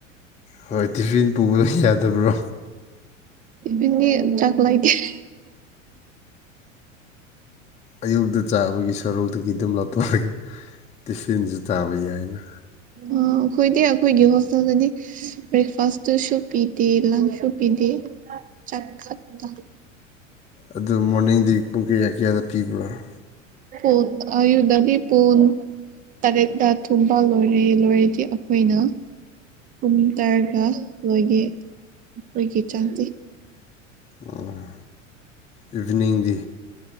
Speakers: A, on the left; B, on the right.
A: ꯍꯣꯏ ꯇꯤꯐꯤꯟ ꯄꯨꯕ ꯌꯥꯗꯕ꯭ꯔꯣ
B: ꯇꯤꯐꯤꯟꯗꯤ ꯆꯥꯛ ꯂꯩꯇꯦ <unintelligible>
A: ꯑꯌꯨꯛꯇ ꯆꯥꯕꯒꯤ ꯁꯔꯨꯛꯇꯒꯤ ꯑꯗꯨꯝ ꯂꯧꯊꯣꯛꯑꯒ ꯇꯤꯐꯤꯟꯁꯨ ꯆꯥꯕ ꯌꯥꯏꯅ
B: ꯑꯥ ꯑꯩꯈꯣꯏꯗꯤ ꯑꯩꯈꯣꯏꯒꯤ ꯍꯣꯁꯇꯦꯜꯗꯗꯤ ꯕ꯭ꯔꯦꯛꯐꯥꯁꯇꯁꯨ ꯄꯤꯗꯦ ꯂꯥꯟꯁꯁꯨ ꯄꯤꯗꯦ ꯆꯥꯛ ꯈꯛꯇ
A: ꯑꯗꯨ ꯃꯣꯔꯅꯤꯡꯗꯤ ꯄꯨꯡ ꯀꯌꯥ ꯀꯌꯥꯗ ꯄꯤꯕ꯭ꯔ ꯥ
B: ꯄꯨꯨꯟ ꯑꯌꯨꯛꯇꯗꯤ ꯄꯨꯟ ꯇꯔꯦꯠꯇ ꯊꯣꯡꯕꯥ ꯂꯣꯏꯔꯦ ꯂꯣꯏꯔꯗꯤ ꯑꯩꯈꯣꯏꯅ ꯀꯨꯝ ꯇꯔꯒ ꯂꯣꯏꯒꯦ ꯑꯩꯈꯣꯏꯒꯤ ꯆꯥꯛꯇꯤ
A: ꯑꯥ ꯏꯚꯤꯅꯤꯡꯗꯤ